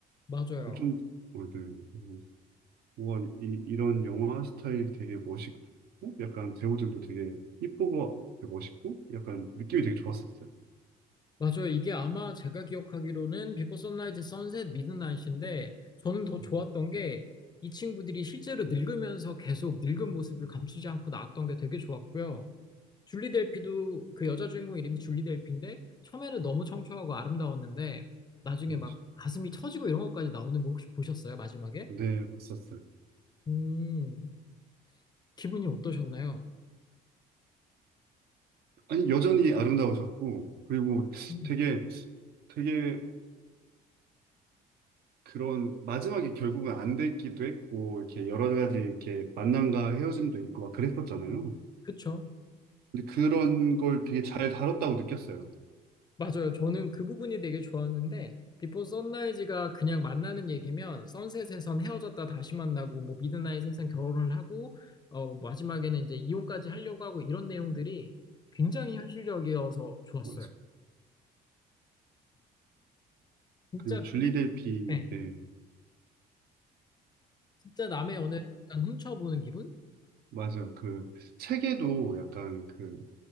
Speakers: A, on the left; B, on the right.
A: 맞아요.
B: 좀, 어든 우와, 이, 이런 영화 스타일 되게 멋있고, 약간 배우들도 되게 이쁘고, 되게 멋있고, 약간 느낌이 되게 좋았었어요.
A: 맞아요. 이게 아마 제가 기억하기로는 비포 선라이즈, 선셋, 미드나잇인데 저는 더
B: 음,
A: 좋았던 게 이 친구들이 실제로 늙으면서 계속 늙은 모습을 감추지 않고 나왔던 게 되게 좋았고요. 줄리 델피도 그 여자 주인공 이름이 줄리 델피인데 처음에는 너무 청초하고 아름다웠는데 나중에
B: 맞죠.
A: 막 가슴이 처지고 이런 것까지 나오는 거 혹시 보셨어요? 마지막에?
B: 네, 봤었어요.
A: 음, 기분이 어떠셨나요?
B: 아니, 여전히 아름다우셨고, 그리고
A: 음,
B: 되게, 되게 그런, 마지막에 결국은 안 됐기도 했고, 이렇게 여러 가지 이렇게 만남과 헤어짐도 있고, 막 그랬었잖아요.
A: 그쵸.
B: 근데 그런 걸 되게 잘 다뤘다고 느꼈어요.
A: 맞아요. 저는 그 부분이 되게 좋았는데, 비포 선라이즈가 그냥 만나는 얘기면, 선셋에선 헤어졌다 다시 만나고, 뭐, 미드나잇에선 결혼을 하고, 어, 뭐 마지막에는 이제 이혼까지 하려고 하고, 이런 내용들이 굉장히 현실적이어서 좋았어요.
B: 맞아요.
A: 진짜
B: 그리고
A: 남의,
B: 줄리 델피,
A: 네,
B: 예.
A: 진짜 남의 연애를 약간 훔쳐보는 기분?
B: 맞아요. 그 책에도 약간 그